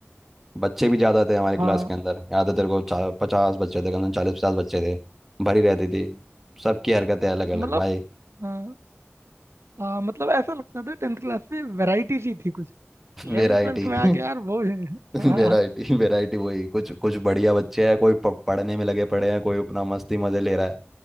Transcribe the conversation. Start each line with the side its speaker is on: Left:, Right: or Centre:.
Centre: बच्चे भी ज़्यादा थे हमारी
Right: हाँ
Centre: क्लास के अंदर याद है तेरे को चा, पचास बच्चे थे कम से कम चालीस पचास बच्चे थे भरी रहती थी सबकी हरकतें अलग
Right: मतलब
Centre: अलग भाई
Right: हाँ हाँ मतलब ऐसा लगता था टेंथ क्लास में वैरायटी सी थी कुछ इलेवन
Centre: वैरायटी
Right: ट्वेल्थ में
Centre: <laughs>
Right: आके यार वो <laughs>
Centre: <laughs>
Right: हाँ
Centre: वैरायटी वैरायटी वही कुछ कुछ बढ़िया बच्चे हैं कोई प- पढ़ने में लगे पड़े हैं कोई अपना मस्ती मजे ले रहा है